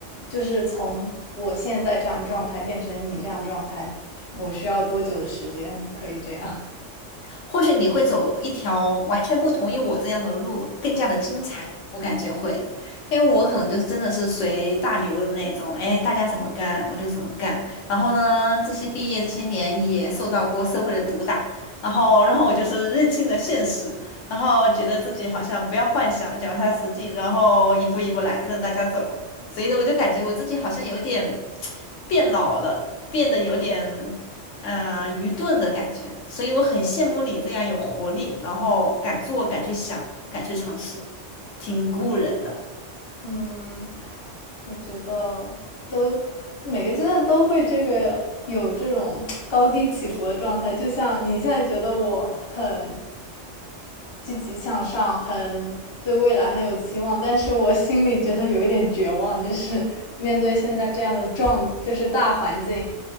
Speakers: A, on the left; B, on the left.
A: 就是从我现在这样状态变成你这样状态，我需要多久的时间可以这样？
B: 或许你会走一条完全不同于我这样的路，更加的精彩。我感觉会，因为我可能就是真的是随大流的那种，哎，大家怎么干我就怎么干。然后呢，这些毕业这些年也受到过社会的毒打，然后然后我就是认清了现实，然后觉得自己好像不要幻想，脚踏实地，然后一步一步来，跟着大家走。所以说我就感觉我自己好像有点变老了，变得有点。嗯，愚钝的感觉，所以我很羡慕你这样有活力，然后敢做、敢去想、敢去尝试，挺鼓舞人的。
A: <laughs> 嗯，我觉得都每个阶段都会这个有这种高低起伏的状态，就像你现在觉得我很积极向上，很对未来很有期望，但是我心里觉得有一点绝望，就是 <laughs> 面对现在这样的状，就是大环境，